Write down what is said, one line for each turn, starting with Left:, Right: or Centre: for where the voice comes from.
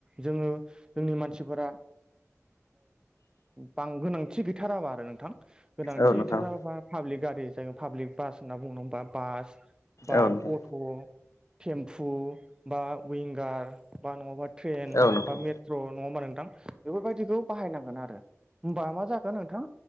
Right: जोङो जोंनि मानसिफोरा बां गोनांथि गैथाराबा आरो नोंथां
Left: औ
Right: थि
Left: नोंथां
Right: ओंथाराबा पाब्लिक गारि जों पाब्लिक बास होनना बुङो नङा होमबा बास बा
Left: औ नोंथां
Right: अट थेमफु बा विंगार बा नङाबा ट्रेन
Left: औ नोंथां
Right: बा मेट्र नङा होमबा नोंथां बेफोरबायदिखौ बाहायनांगोन आरो होमबा मा जाखोन नोंथां